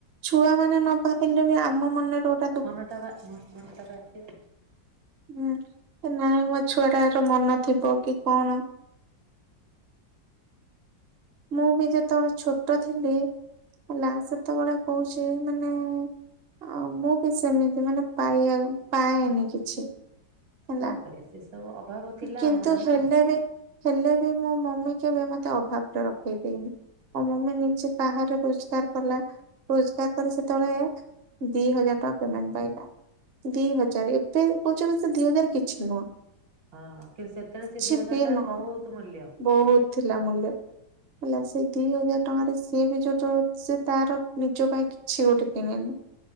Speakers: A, on the right; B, on the right.
A: ଛୁଆମାନେ ନ ଭାବିଲେ ବି, ଆମ ମନରେ ଗୋଟାଏ
B: ମନଟା ବା ମନ ମନଟା ବା ଆସିବ।
A: ହୁଁ, ନାହିଁ, ମୋ ଛୁଆ ଟାର ମନ ଥିବ କି କଣ? ମୁଁ ବି ଯେତେବେଳେ ଛୋଟ ଥିଲି ହେଲା, ସେତେବେଳେ କହୁଛି ମାନେ ଆ ମୁଁ ବି ସେମିତି, ମାନେ, ପାଇବା ପାଏନି କିଛି। ହେଲା
B: କଣ କରିବା, ସେ ସବୁ ଅଭାବ ଥିଲା
A: କିନ୍ତୁ
B: ଆମର
A: ହେଲେ
B: ନା।
A: ବି ହେଲେ ବି ମୋ ମମି କେବେ ମ ତେ ଅଭାବଟା ରଖେଇଦେଇନି। ମୋ ମମି ନିଜେ ବାହାରେ ରୋଜଗାର କଲା। ରୋଜଗାର ପରେ, ସେତେବେଳେ ଦି ହଜାର ଟଙ୍କା ପ୍ରେମେଣ୍ଟ ପାଇଲା। ଦି ହଜାର! ଏବେ କହୁଛନ୍ତି, ସେ ଦି ହଜାର କିଛି ନୁହଁ।
B: ହଁ, କି ସେତେବେଳେ
A: କିଛି
B: ସେ ଦି ହଜାର
A: ବି
B: ଟା
A: ନୁହଁ।
B: ବହୁତ ମୂଲ୍ୟ।
A: ବହୁତ ଥିଲା ମୂଲ୍ୟ। ହେଲା ସେ ଦି ହଜାର ଟଙ୍କାରେ ସିଏ ବି ଯୋଉଟୁ ସେ ତାର ନିଜ ପାଇଁ କିଛି ଗୋଟେ କିଣେନି।